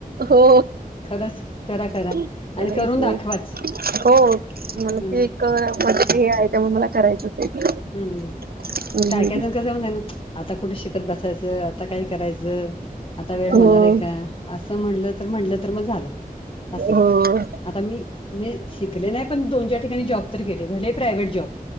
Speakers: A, on the right (about 80°); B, on the left (about 35°).
A: हो.
B: च करा करा
A: करायचंय
B: आणि करून दाखवाच.
A: हो. मला
B: हा
A: ते
B: ना
A: एक म हे आहे त्यामुळे मला करायचंच.
B: हम् हम्.
A: ते
B: काय काय जण कसं म्ह ना आता कुठे शिकत बसायचं आता काय करायचं. आता वेळ
A: हो
B: होणार आहे का असं म्हणलं तर म्हटलं तर मग झालं असे.
A: हो
B: आता मी मी शिकले नाही पण दोनच्याार ठिकाणी जॉब तर केले भले प्रायव्हेट जॉब.